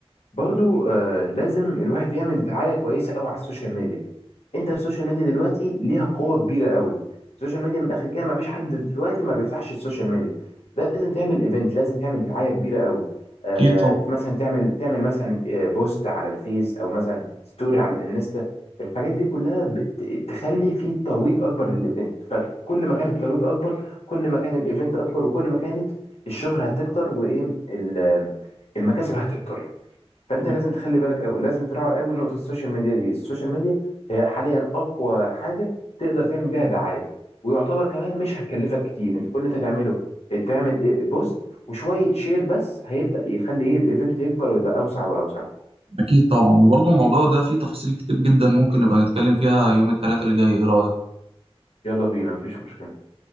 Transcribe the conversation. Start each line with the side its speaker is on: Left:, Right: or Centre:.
Left: برضو آه لازم الواحد يعمل دعايه كويسه قوي على السوشيال ميديا انت السوشيال ميديا دلوقتي ليها قوه كبيره قوي السوشيال ميديا من الاخر كده ما فيش حد في دلوقتي ما بيفتحش السوشيال ميديا لازم تعمل ايفنت لازم تعمل دعايه كبيره قوي آه
Right: اكيد طبعا
Left: مثلا تعمل تعمل مثلا آه، بوست على الفيس او مثلا ستوري على الانستا الحاجات دي كلها بت- تخلي في ترويج اكبر للايفنت فكل ما كان الترويج اكبر كل ما كان الايفنت اكبر وكل ما كانت الشهرة هتكتر وايه ال- المكاسب هتكتر فانت
Right: مم.
Left: لازم تخلي بالك قوي لازم تراعي قوي نقطه السوشيال ميديا دي السوشيال ميديا هي حاليا اقوى حاجه تقدر تعمل بيها دعايه ويعتبر كمان مش هتكلفك كتير انت كل اللي انت تعمله تعمل إيه؟ بوست وشويه شير بس هيبدا يخلي ايه الايفنت يكبر ويبقى اوسع واوسع
Right: اكيد طبعا وبرضه الموضوع ده فيه تفاصيل كتير جدا ممكن نبقى نتكلم فيها يوم الثلاثاء اللي جاي ايه رايك
Left: يلا بينا مفيش مشكله